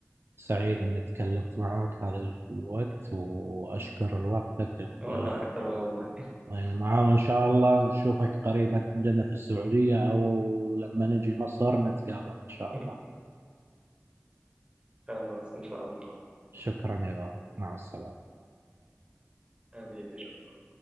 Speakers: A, on the right; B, on the right.
A: سعيد اني تكلمت معك هذا ال- الوقت واشكر
B: مم.
A: لوقتك ال-
B: وانا اكتر والله
A: يعني معاه وان شاء الله
B: طيب.
A: نشوفك قريبا عندنا في السعوديه او لما نجي مصر نتقابل ان شاء
B: <laughs>
A: الله
B: خلاص ان شاء الله
A: شكرا يا غالي مع السلامه
B: حبيبي شكرا